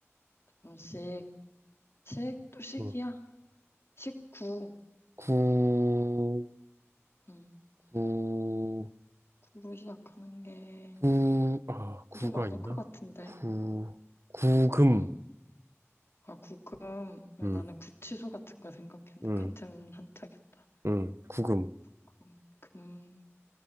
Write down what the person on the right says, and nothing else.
어,
구,
구,
구, 아, 구가
있나?
구, 구금,
음,
음,
음, 구금.